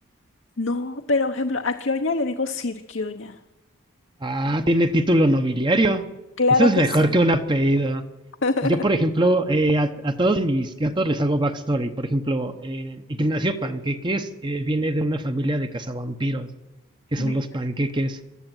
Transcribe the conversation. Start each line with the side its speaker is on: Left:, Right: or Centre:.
Left: No, pero por ejemplo, a Kioña le digo Sir Kioña.
Right: Ah, tiene título nobiliario.
Left: Claro
Right: Eso es
Left: que
Right: mejor
Left: sí.
Right: que un apellido.
Left: <laughs>
Right: Yo, por ejemplo, eh, a, a todos mis gatos les hago backstory. Por ejemplo, eh, Ignacio Panqueques eh, viene de una familia de cazavampiros, que
Left: Me
Right: son
Left: encanta.
Right: los panqueques.